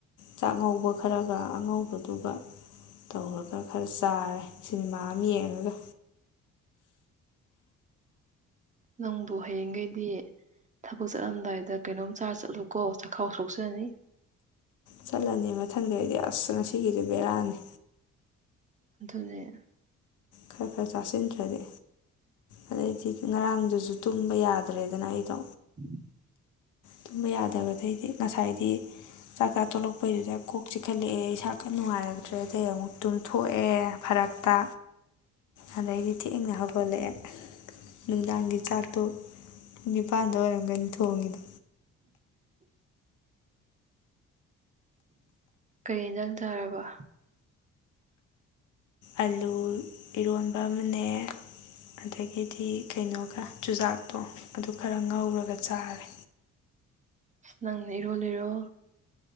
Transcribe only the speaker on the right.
ꯅꯪꯕꯨ ꯍꯌꯦꯡꯈꯩꯗꯤ ꯊꯕꯛ ꯆꯠꯂꯝꯗꯥꯏꯗ ꯀꯩꯅꯣꯝ ꯆꯥꯔꯆꯠ꯫ ꯆꯠꯂꯨꯀꯣ ꯆꯈꯥꯎ ꯁꯣꯛꯁꯅꯤ꯫
ꯑꯗꯨꯅꯦ꯫
<inaudible>
ꯀꯩ ꯌꯦꯟꯖꯥꯡ ꯆꯥꯔꯕ꯫
ꯑꯁ ꯅꯪꯅ ꯏꯔꯣꯜ ꯂꯤꯔꯣ꯫